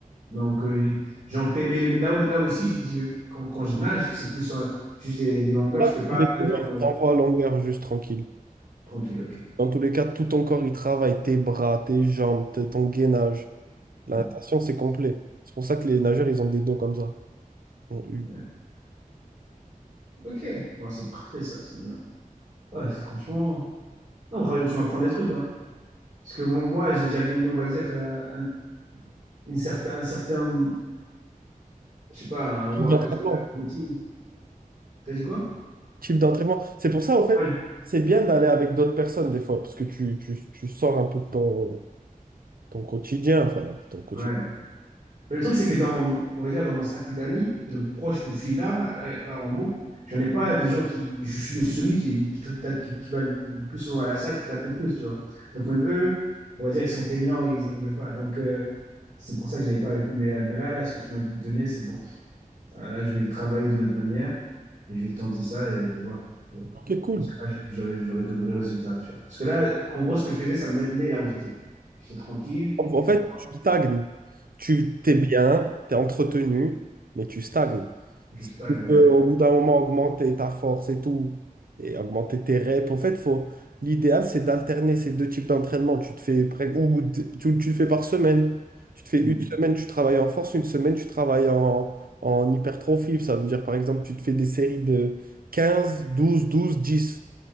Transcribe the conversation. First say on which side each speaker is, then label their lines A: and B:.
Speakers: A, on the right; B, on the right.
A: Donc euh, j'en fais, mais mais là, ouais, là aussi, j'y- j'y vais- quand, quand je nage, c'est plus euh, juste des, des longueurs,
B: Là,
A: je fais pas
B: tu fais des
A: genre euh,
B: tu envoies à longueur juste tranquille.
A: tranquille, ok.
B: Dans tous les cas, tout ton corps, il travaille. Tes bras, tes jambes, t- ton gainage.
A: Hmm,
B: La natation, c'est complet. C'est pour ça que les nageurs, ils ont des dos comme ça. En U.
A: ouais. Ok, bon, c'est parfait ça, c'est bien. Ouais, franchement, non, Royal, tu m'apprends des trucs, hein. Parce que bon, moi, j'ai- j'avais une, on va dire, euh, un, une certain, un certain, je sais pas, un workout
B: Type d'entraînement.
A: euh, routine. T'as dit quoi?
B: Type d'entraînement. C'est pour ça, en fait,
A: Ouais.
B: c'est bien d'aller avec d'autres personnes des fois, parce que tu, tu, tu sors un peu de ton, ton quotidien, enfin, ton quotidien.
A: Ouais. Mais le truc, c'est que dans, on va dire, dans mon cercle d'amis, le proche où je suis là, là, là, en bon, j'en ai pas des gens qui, je suis le celui qui, qui, t'a- qui- qui va le plus souvent à la salle, qui tape le plus, tu vois. Donc même eux, on va dire qu'ils sont feignants et ils ne veulent pas. Donc euh, c'est pour ça que j'avais pas avec eux. Mais, euh, mais là, là, ce que tu m'as donné, c'est bon. Euh, Là, je vais travailler d'une autre manière et je vais tenter ça et je vais voir. Je
B: Ok, cool.
A: pense que là, je vais- j'aurai j'aurai de vrais résultats, tu vois. Parce que là, en gros, ce que je faisais, ça me maintenait là où j'étais. J'étais tranquille,
B: En en
A: je suis
B: fait,
A: en forme,
B: tu stagnes. Tu t'es
A: voilà.
B: bien, t'es entretenu, mais tu stagnes.
A: je
B: Si
A: stagne.
B: tu
A: là.
B: peux, au bout d'un moment, augmenter ta force et tout, et augmenter tes reps, en fait, faut... l'idéal, c'est d'alterner ces deux types d'entraînement. Tu te fais, pré- ou d- tu, tu le fais par semaine. Tu te fais
A: Mm,
B: une semaine, tu travailles en force, une semaine, tu travailles en, en hypertrophie. Ça veut dire, par exemple, tu te fais des séries de 15, 12, 12, 10.